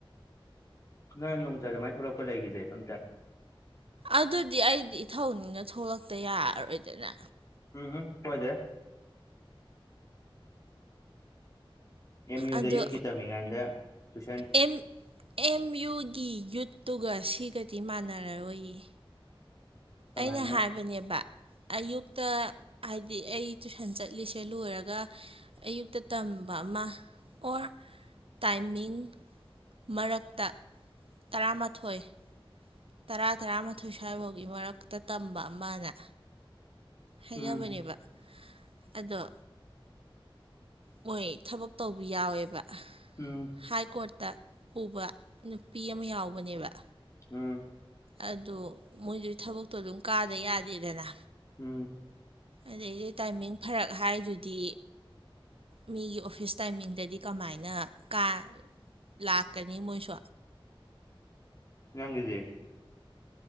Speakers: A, on the left (about 35°); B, on the right (about 80°).
A: ꯅꯪ ꯅꯣꯡꯇ ꯑꯗꯨꯃꯥꯏꯅ ꯊꯣꯛꯂꯛꯄ ꯂꯩꯈꯤꯁꯦ ꯑꯝꯇ
B: ꯑꯗꯨꯗꯤ ꯑꯩꯗꯤ ꯏꯊꯧꯅꯤꯅ ꯊꯣꯛꯂꯛꯇ ꯌꯥꯔꯔꯣꯏꯗꯅ
A: ꯎꯝ ꯎꯝ ꯍꯣꯏꯗ꯭ꯔꯦ ꯑꯦꯝ ꯌꯨꯗ
B: ꯑꯗꯣ
A: ꯌꯨꯠꯀꯤ ꯇꯝꯃꯤꯀꯥꯟꯗ ꯇꯨꯏꯁꯟ
B: ꯑꯦꯝ ꯑꯦꯝ ꯌꯨꯒꯤ ꯌꯨꯠꯇꯨꯒ ꯁꯤꯒꯗꯤ ꯃꯥꯟꯅꯔꯔꯣꯏꯌꯦ
A: ꯀꯃꯥꯏꯅ
B: ꯑꯩꯅ ꯍꯥꯏꯕꯅꯦꯕ ꯑꯌꯨꯛꯇ ꯍꯥꯏꯗꯤ ꯑꯩ ꯇꯨꯏꯁꯟ ꯆꯠꯂꯤꯁꯦ ꯂꯣꯏꯔꯒ ꯑꯌꯨꯛꯇ ꯇꯝꯕ ꯑꯃ ꯑꯣꯔ ꯇꯥꯏꯃꯤꯡ ꯃꯔꯛꯇ ꯇꯔꯥꯃꯥꯊꯣꯏ ꯇꯔꯥ ꯇꯔꯥꯃꯥꯊꯣꯏ ꯁ꯭ꯋꯥꯏꯐꯥꯎꯒꯤ ꯃꯔꯛꯇ ꯇꯝꯕ ꯑꯃꯅꯦ ꯍꯥꯏꯅꯕꯅꯦꯕ
A: ꯎꯝ
B: ꯑꯗꯣ ꯍꯣꯏ ꯊꯕꯛ ꯇꯧꯕꯤ ꯌꯥꯎꯋꯦꯕ
A: ꯎꯝ
B: ꯍꯥꯏ ꯀꯣꯔꯠꯇ ꯄꯨꯕ ꯅꯨꯄꯤ ꯑꯃ ꯌꯥꯎꯕꯅꯦꯕ
A: ꯎꯝ
B: ꯑꯗꯨꯗꯣ ꯃꯣꯏꯗꯨ ꯊꯕꯛꯇꯣ ꯑꯗꯨꯝ ꯀꯥꯗ ꯌꯥꯗꯦꯗꯅ
A: ꯎꯝ
B: ꯑꯗꯩꯗꯤ ꯇꯥꯏꯃꯤꯡ ꯐꯔꯛ ꯍꯥꯏꯗꯨꯗꯤ ꯃꯤꯒꯤ ꯑꯣꯐꯤꯁ ꯇꯥꯏꯃꯤꯡꯗꯗꯤ ꯀꯃꯥꯏꯅ ꯀꯥ ꯂꯥꯛꯀꯅꯤ ꯃꯣꯏꯁꯨ
A: ꯅꯪꯒꯤꯗꯤ